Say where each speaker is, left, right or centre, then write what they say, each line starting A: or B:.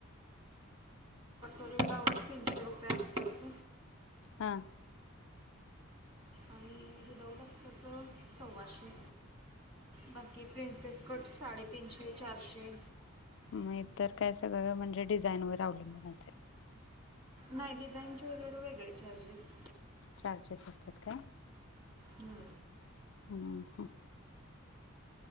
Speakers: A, on the right (about 25°); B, on the left (about 60°).
A: ब्लॉउज तीनशे रुपये अस्तरच
B: हां!
A: आणि विदाऊट अस्तरच सव्वाशे, बाकी प्रिन्सेस कट साडेतीनशे चारशे.
B: मं इतर काय सगळं म्हणजे, डिझाईन वर अवलंबून असेल.
A: नाही डिझाईनचे वगैरे वेगळे. चार्जेस
B: चार्जेस असतात काय
A: हम्म
B: हम्म ह